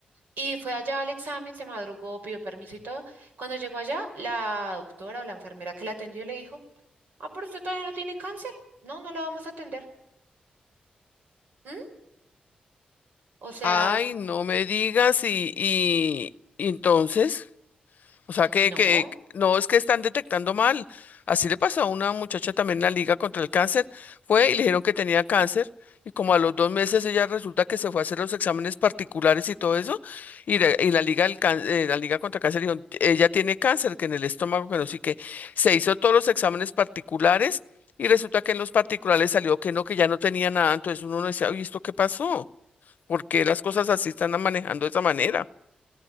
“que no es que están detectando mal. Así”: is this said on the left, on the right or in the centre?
Left